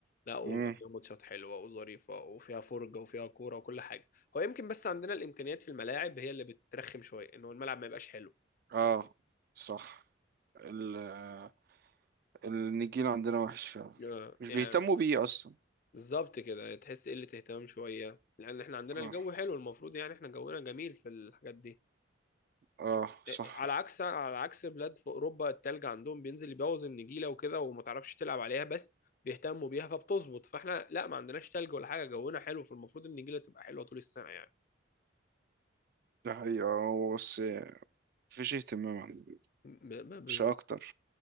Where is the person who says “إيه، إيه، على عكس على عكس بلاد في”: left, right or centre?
Left